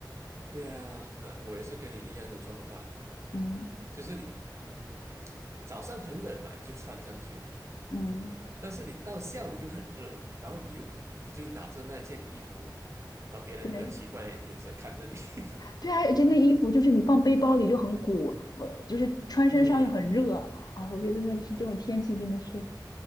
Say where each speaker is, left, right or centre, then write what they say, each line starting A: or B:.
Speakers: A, on the right; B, on the left.
A: 对啊，那我也是跟你一样的状况，
B: 嗯
A: 就是你，嗯，早上很冷嘛，你就穿上去，
B: 嗯，
A: 但是你到下午又很热，然后你又你就拿着那件衣服，然后别人就很奇怪的眼神看着你。
B: 对。
A: <laughs>
B: 对啊，而且那衣服就是你放背包里就很鼓，我就是穿身上又很热啊。
A: 对，
B: 我觉得真的是这种天气真的是，